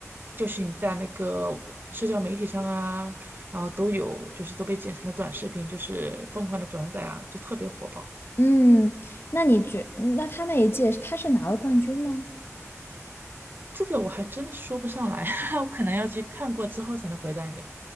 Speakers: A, on the right; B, on the left.
A: 就是你在那个社交媒体上啊，然后都有，就是都被剪成了短视频，就是疯狂的转载啊，就特别火爆。
B: 嗯，那你觉，那他那一届他是拿了冠军吗？
A: 这个我还真的说不上来，<laughs> 我可能要去看过之后才能回答你了。